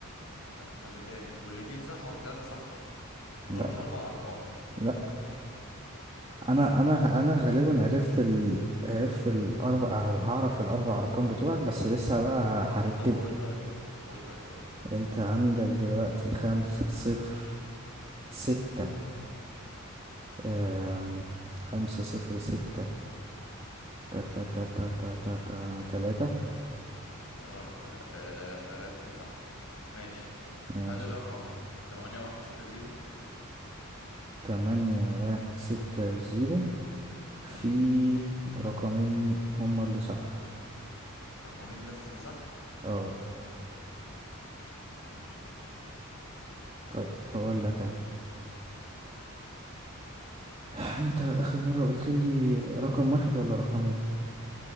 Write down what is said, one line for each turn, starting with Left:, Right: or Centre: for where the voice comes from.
Left: لا استنى ايه تاني والاتنين صح والتلاتة صح مضربهمش
Right: لا
Left: أربع أرقام
Right: لا انا
Left: ماشي
Right: انا انا غالبا عرفت ال... عرفت الاربع او هعرف الاربع ارقام بتوعك بس لسه بقى ه- هرتبه
Left: طب قول طيب قول طيب اه.
Right: انت عندك دلوقتي خمسة صفر ستة أم... خمسة صفر ستة تا تا تا تا تا تا تا تلاتة
Left: غلط طيب. اه... اه... آه، اتنين صح ماشي
Right: ماشي
Left: هل الرقم تمانية واحد ستة زيرو
Right: تمانية واحد ستة زيرو في
Left: امم
Right: رقمين هما اللي صح
Left: رقمين بس اللي صح
Right: اه
Left: ماشي
Right: طيب هقول لك انا <laughs> <sighs> انت اخر مرة قلت لي رقم واحد ولا رقمين